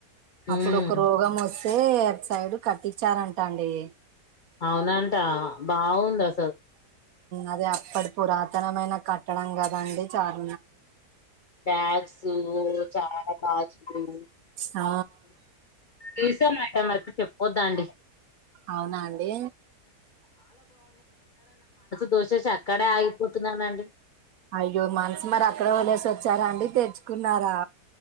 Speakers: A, on the left (about 55°); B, on the right (about 70°).
A: హ్మ్
B: అప్పుడు ఒక రోగం వస్ తే అటు సైడు కట్టించారంటండి
A: అవునంట బాగుంది అసలు
B: అది అప్పటి పురాతనమైన కట్టడం కా దండి చార్
A: బ్యాగ్స్ చాలా గాజు ఉ
B: ఆ
A: తీశామాట మే అందుకే పోతాంది
B: అవునా అండి
A: దోసేసి అక్కడే ఆగిపోతున్నానండి
B: అయ్యో మనసు మరి అక్కడ వలేసి వచ్చారండి తెచ్చుకు ఉన్నారా